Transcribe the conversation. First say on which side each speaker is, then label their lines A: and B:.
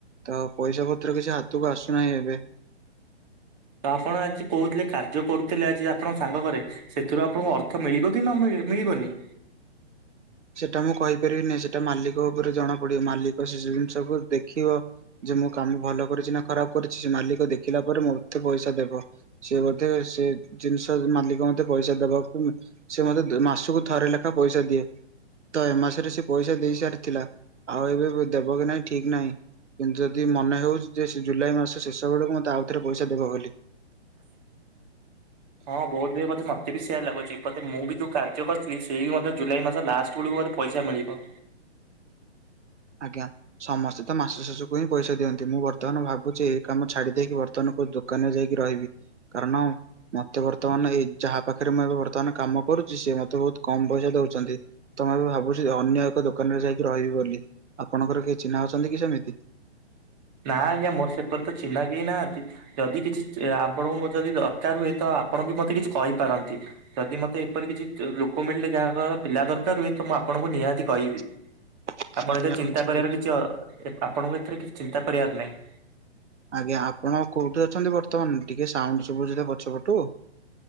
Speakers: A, on the right (about 90°); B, on the right (about 35°).
A: ତ ପଇସା ପତ୍ର କିଛି ହାତକୁ ଆସୁନାହିଁ ଏବେ।
B: ତ ଆପଣ ଆଜି କହୁଥିଲେ କାର୍ଯ୍ୟ କରୁଥିଲେ ଆଜି ଆପଣଙ୍କ ସାଙ୍ଗ ଘରେ ସେଥିରୁ ଆପଣଙ୍କୁ ଅର୍ଥ ମିଳିବ କି ନ ମିଳି ମିଳିବନି?
A: ସେଟା ମୁଁ କହିପାରିବି ନାହିଁ ସେଟା ମାଲିକ ଉପରେ ଜଣା ପଡିବ ମାଲିକ ସେ ଜିନିଷକୁୁ ଦେଖିବ। ଯେ ମୁଁ କାମ ଭଲ କରିଛି ନା ଖରାପ କରିଛି ସେ ମାଲିକ ଦେଖିଲା ପରେ ମୋତେ ପଇସା ଦେବ। ସିଏ ବୋଧେ ସେ ଜିନିଷ ମାଲିକ ମୋତେ ପଇସା ଦବାକୁ ସେ ମତେ ଦେ ମାସକୁ ଥରେ ଲେଖା ପଇସା ଦିଏ। ତ ଏ ମାସରେ ସେ ପଇସା ଦେଇ ସାରିଥିଲା ଆଉ ଏବେ ଦେବ କି ନହିଁ ଠିକ ନାହିଁ। କିନ୍ତୁ ଯଦି ମନେ ହଉଛି ଯେ ଜୁଲାଇ ମାସ ଶେଷ ବେଳକୁ ମତେ ଆଉଥରେ ପଇସା ଦେବ ବୋଲି।
B: ହଁ ବୋଧ୍ ହୁଏ ବୋଧେ ମତେ ବି ସେୟା ଲାଗୁଛି ବୋଧେ ମୁଁ ବି ଯୋଉ କାର୍ଯ୍ୟ କରିଥିଲି ସେ ବି ମଧ୍ୟ ଜୁଲାଇ ମାସ ଲାଷ୍ଟ୍ ବେଳକୁ ବୋଧେ ପଇସା ମିଳିବ।
A: ଆଜ୍ଞା। ସମସ୍ତେ ତ ମାସ ଶେଷ କୁ ହିଁ ପଇସା ଦିଅନ୍ତି ମୁଁ ବର୍ତ୍ତମାନ ଭାବୁଛି ଏଇ କାମ ଛାଡି ଦେଇକି ବର୍ତ୍ତମାନ କଉ ଦୋ ଦୋକାନ ଯାଇକି ରହିବି କାରଣ ମତେ ବର୍ତ୍ତମାନ ଏଇ ଯାହା ପାଖରେ ମୁଁ ଏ ବର୍ତ୍ତମାନ କାମ କରୁଛି ସେ ମତେ ବହୁତ କମ୍ ପଇସା ଦଉଛନ୍ତି। ତ ମୁଁ ଏବେ ଭାବୁଛି ଅନ୍ୟ ଏକ ଦୋକାନ ରେ ଯାଇକି ରହିବି ବୋଲି ଆପଣଙ୍କର କେ ଚିହ୍ନା ଅଛନ୍ତି କି ସେମିତି?
B: ନା ଆଜ୍ଞା ମୋର ସେପରେ ତ ଚିହ୍ନା କେହି ନାହାନ୍ତି। ଯଦି କିଛି ଆପଣଙ୍କୁ ମୋ ଯଦି ଦରକାର ହୁଏ ତ ଆପଣ ବି ମତେ କିଛି କହିପାରନ୍ତି। ଯଦି ମତେ ଏପରି କିଛି ଲୋକ ମିଳିଲେ ଯାହାଙ୍କ ପିଲା ଦରକାର ହୁଏ ତ ମୁଁ ଆପଣଙ୍କୁ ନିହାତି କହିବି।
A: <unintelligible>
B: ଆପଣ
A: ଧନ୍ୟବାଦ
B: ଏଥିରେ ଚିନ୍ତା
A: ସେଥିପାଇଁ।
B: କରିବାର କିଛି ଅ ଆପଣଙ୍କୁ ଏଥିରେ କିଛି ଚିନ୍ତା କରିବାର ନାହିଁ।
A: ଆଜ୍ଞା ଆପଣ କୋଉଠି ଅଛନ୍ତି ବର୍ତ୍ତମାନ ଟିକେ ସାଉଣ୍ଡ ସବୁଚି ତ ପଛ ପଟୁ।